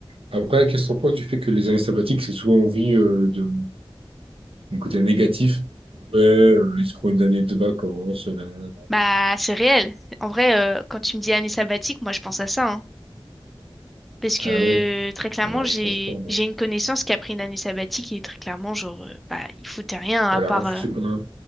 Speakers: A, on the right; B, in the centre.
A: Après, qu'est-ce qu'on pense du fait que les années sabbatiques, c'est souvent envie euh, de mon côté négatif? Ouais, euh, ils se prend une année de vacances. euh,
B: Bah, c'est réel. En vrai, euh, quand tu me dis année sabbatique, moi, je pense à ça, hein. Parce que
A: Ah ouais?
B: très clairement,
A: Eh ben,
B: j'ai
A: je pense pas, moi.
B: j'ai une connaissance qui a pris une année sabbatique et très clairement, genre, euh, bah, il foutait rien à
A: Elle
B: part,
A: a rien foutu
B: euh,
A: pendant un-